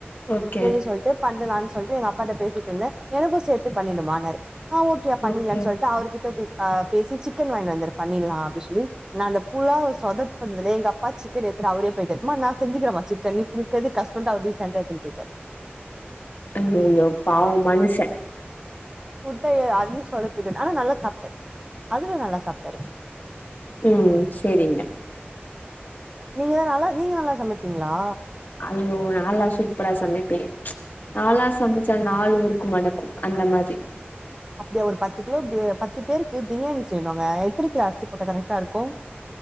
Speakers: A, on the left; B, on the right.
A: ஓகே
B: சேரி சொல்லிட்டு பண்லாண்டு சொல்லிட்டு எங்க அப்பாட்ட பேசிட்டுருந்தேன் எனக்கும் சேர்த்து பண்ணிடுமான்னாரு ஆஹ ஓகோ பண்ணிலான்னு
A: ஓகே
B: சொல்லிட்டு அவர்கிட்ட அஹ் பேசி சிக்கன் வாங்கினு வந்துரு பண்ணிலாம் அப்டி சொல்லி நான் அந்த புலாவ் சொதைப்புனதுலே எங்க அப்பா சிக்கன் எடுத்துட்டு அவரே போயிட்டாரு மா நா செஞ்சிக்கிறேம்மா சிக்கன் நீ புடிக்கிறது கஷ்டண்ட்டு அவரே டீசண்டா எடுத்துனு போயிட்டாரு
A: ஐயையோ பாவம் மனுசன்
B: ஃபுட்ட அதையும் சோதப்பிட்ட ஆனா நல்லா சாப்பிட்டன் அதுல நல்லா சாப்பிட்டாரு
A: ம் சேரிங்க
B: நீங்கதான் நல்லா நீங்க நல்லா சமை இருக்கீங்களா
A: ஐயோ நாலா சூப்ரா சமைப்பேன் நாலா சமைச்சா நாள் ஊருக்கு மணக்கும் அந்த மாரி
B: அப்டியா ஒரு பத்து கிலோக்கு பத்து பேருக்கு பிரியாணி செய்யணும்ங்க எத்தனை கிலோ அரிசி போட்டா கரெக்டா இருக்கும்